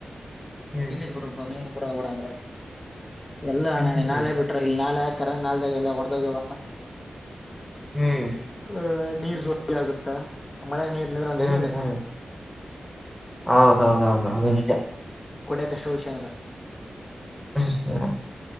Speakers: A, in the centre; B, on the left.
A: ಹ್ಮ್
B: <unintelligible> ಬಿಡು. ನೀರ ಬಿಡ ಬಿಡಂದ್ರ ಎಲ್ಲ
A: ಹ್ಮ್
B: ನಗೆ <unintelligible> ನಾಲೆ ಬಿಟ್ರ ಇಲ್ಲಿ ನಾಲೆ ಹಾ ತರ ನಾಲ್ದ್ಯಾಗ ಎಲ್ಲ ಒಡದೋಗ್ಯವ.
A: ಹ್ಮ್
B: ಅಹ ನೀರ್ ಸೋ <unintelligible> ಆಗುತ್ತಾ ಮಳೆ ನೀರ್ ನಿಂದ್ರಂದ್ರ
A: ಹ್ಮ್
B: ಎಲ್ಲಿ ನಿಂದ್ರತವ್.
A: ಹ್ಮ್ ಹೌದೌದೌದು ಅದು ನಿಜ.
B: ಕುಡ್ಯಕಷ್ಟ ಉಳಷ್ಯಂದ್ರ.
A: ಹ್ಮ ಹ